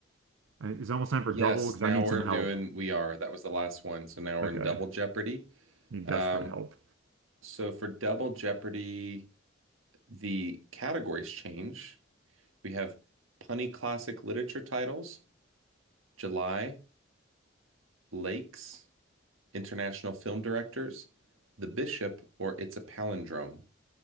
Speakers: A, on the right; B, on the right.
A: Is it almost time for
B: Yes,
A: double? Because
B: now
A: I need
B: we're
A: some help.
B: doing, we are. That was the last one. So now we're
A: Okay,
B: in Double Jeopardy.
A: need desperate
B: Um,
A: help.
B: so for Double Jeopardy, the categories change. We have punny classic literature titles, July, Lakes, international film directors, The Bishop, or It's a Palindrome.